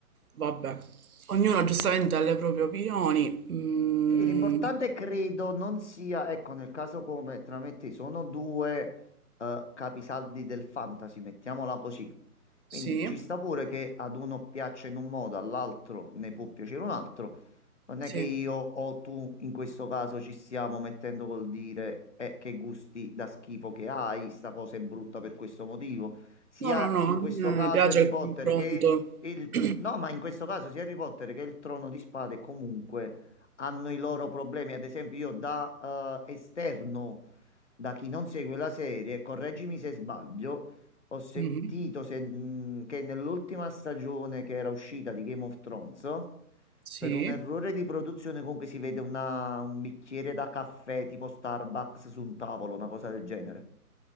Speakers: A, on the right (about 65°); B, on the left (about 50°).
A: vabbè. Ognuno giustamente ha le proprie opinioni. Mm,
B: Sì, l'importante credo non sia, ecco, nel caso come tra me e te sono due eh, capisaldi del fantasy, mettiamola così.
A: sì,
B: Quindi ci sta pure che ad uno piaccia in un modo, all'altro ne può piacere un altro. Non è
A: sì.
B: che io o tu in questo caso ci stiamo mettendo col dire eh, che gusti da schifo che hai, sta cosa è brutta per questo motivo. Sia
A: No, no, no,
B: in questo
A: a
B: caso
A: me piace
B: Harry
A: il
B: Potter
A: confronto.
B: che il...
A: <clears throat>
B: No, ma in questo caso sia Harry Potter che il Trono di Spade comunque hanno i loro problemi. Ad esempio, io da eh, esterno, da chi non segue la serie, correggimi se sbaglio, ho sentito
A: Mhm,
B: se- mh, che nell'ultima stagione che era uscita di Game of Thrones,
A: Sì.
B: per un errore di produzione comunque si vede una- un bicchiere da caffè tipo Starbucks su un tavolo, una cosa del genere.